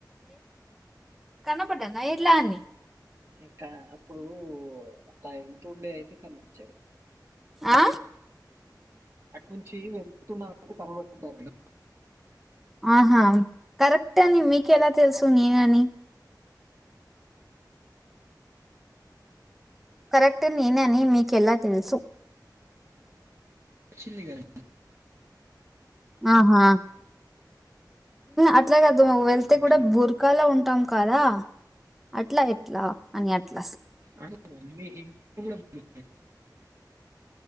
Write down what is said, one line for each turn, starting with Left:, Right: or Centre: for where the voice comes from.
Centre: కనపన్నా ఇర్లా అన్నిీ
Right: ఇంకా అప్పుడు అలా ఎతుే అయితే కనిపించారు
Centre: ఆ
Right: అటు నుంచి వెళ్తున్నంటే కనబడుంటారు
Centre: ఆహా కరెక్ట అని మీకెలా తెలుసు నేను అని కరెక్ట్ అట్ట నేనే అని మీకెలా తెలుసు
Right: వచ్చింది కదా
Centre: ఆహా అట్లాగ అదు వెళ్తే
Right: అట్లా
Centre: కూడా బురకాాల ఉంట ఉంటాం కదా అట్లా ఎట్లా అని అట్లా
Right: అవును, మీ ఇంట్లో కూడా బుక్-